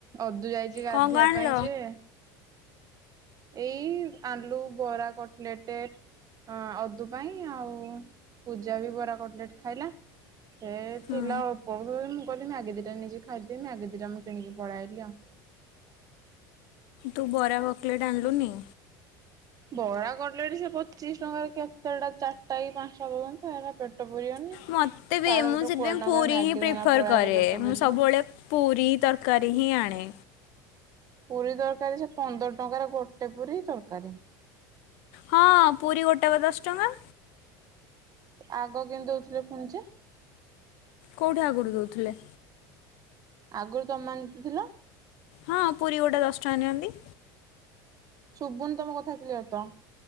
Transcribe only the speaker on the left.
କଣ କଣ ଆଣିଲ?
ହୁଁ
ତୁ ବରା ହକଲେଟ ଆଲୁନି।
ମୋତେ ବି
ମୁଁ
ସେଥିପାଇଁ
ପୁରୀ
ହିଁ ପ୍ରିଫର୍
କରେ
ମୁଁ ସବୁବେଳେ ପୁରୀ ତରକାରୀ ହିଁ ଆଣେ।
ହଁ ପୁରୀ ଗୋଟେବା ଦଶ ଟଙ୍କା।
କୋଉଠି ଆଗରୁ ଦଉଥୁଲେ।
ହଁ ପୁରୀ ଗୋଟା ଦଶଟଙ୍କା ନିଅନ୍ତି।